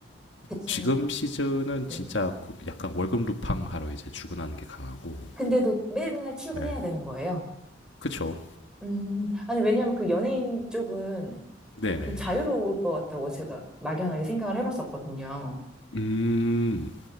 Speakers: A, in the centre; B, on the left.
A: 대신,
B: 지금 시즌은
A: 네.
B: 진짜 그 약간 월급 루팡 하러 이제 출근하는 게 강하고
A: 근데도 맨날 출근해야
B: 예
A: 되는 거예요.
B: 그쵸
A: 음, 아니, 왜냐면 그 연예인 쪽은
B: 네네
A: 좀 자유로울 것 같다고 제가 막연하게 생각을 해봤었거든요.
B: 음